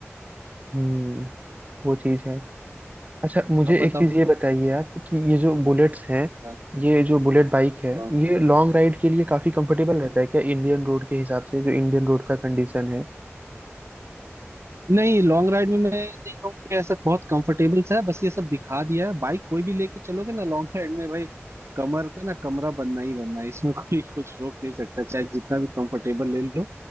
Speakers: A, on the right; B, on the right.
A: हम्म वो चीज है अच्छा मुझे
B: अब बताओ
A: एक चीज ये बताइए आप कि ये जो बुलेट्स हैं
B: हाँ,
A: ये जो बुलेट बाइक है
B: हाँ,
A: ये लॉन्ग राइड के लिए काफी कंफर्टेबल रहता है क्या इंडियन रोड के हिसाब से जो इंडियन रोड का कंडीशन है
B: नहीं लॉन्ग राइड में मैं नहीं कहूँगी ऐसा बहुत कंफर्टेबल सा है बस ये सब दिखा दिया है बाइक कोई भी लेके चलोगे ना लॉन्ग राइड में भाई कमर का ना कमरा बनना ही बनना है इसमें कोई <laughs> कुछ रोक नहीं सकता चाहे जितना भी कंफर्टेबल ले लो